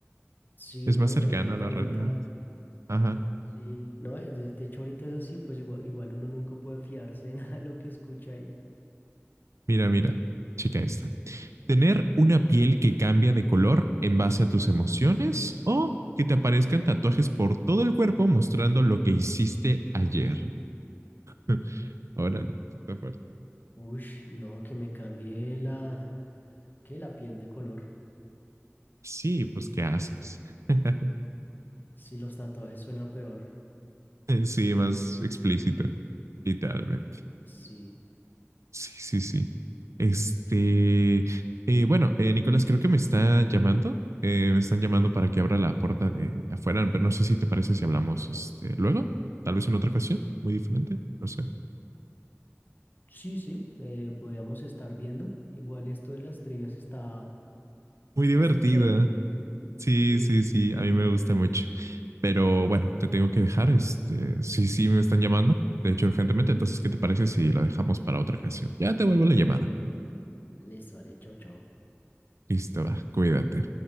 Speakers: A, on the left (about 40°); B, on the right (about 85°).
A: Sí,
B: Es
A: no,
B: más cercana
A: y realmente
B: a la
A: ahorita,
B: realidad. Ajá.
A: sí, no, de, de hecho ahorita es así, pues igual, igual uno nunca puede fiarse de <laughs> nada de lo que escucha ahí.
B: Mira, mira, chica esta. ¿Tener una piel que cambia de color en base a tus emociones o que te aparezcan tatuajes por todo el cuerpo mostrando lo que hiciste ayer? <laughs> Órale, está fuerte.
A: Ush, no, que me cambie la... ¿Qué? La piel de color.
B: Sí, pues ¿qué haces? <laughs>
A: Si los tatuajes suena peor.
B: Sí, más explícito, literalmente.
A: Sí.
B: Sí, sí, sí. Este, eh, bueno, eh, Nicolás, creo que me está llamando. Eh, me están llamando para que abra la puerta de, de afuera, pero no sé si te parece si hablamos este, luego, tal vez en otra ocasión, muy diferente, no sé.
A: Sí, sí, eh, podríamos estar viendo. Igual esto de las trivias está,
B: Muy
A: está,
B: divertida.
A: está chévere.
B: Sí,
A: Sí.
B: sí, sí, a mí me gusta mucho. Pero bueno, te tengo que dejar. Este, sí, sí, me están llamando, de hecho, urgentemente. Entonces, ¿qué te parece si lo dejamos para otra ocasión? Ya te vuelvo la llamada.
A: Listo, vale, chao, chao.
B: Listo, va, cuídate.